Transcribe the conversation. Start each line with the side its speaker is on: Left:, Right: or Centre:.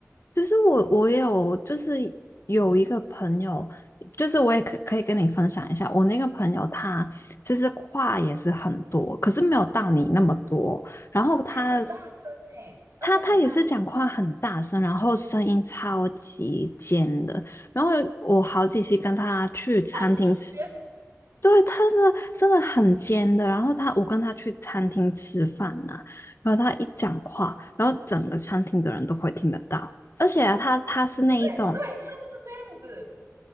Left: 其实我我有就是有一个朋友，就是我也可可以跟你分享一下，我那个朋友他其实话也是很多，可是没有到你那么多。然后他
Right: 也很大声呢、而且很大声，
Left: 他他也是讲话很大声，然后声音超级尖的。然后我好几期跟他去餐厅吃
Right: 超级尖，
Left: 对，他是真的很尖的。然后他，我跟他去餐厅吃饭呐、然后他一讲话，然后整个餐厅的人都会听得到。而且啊，他他是那一种，
Right: 对对对，他就是这样子。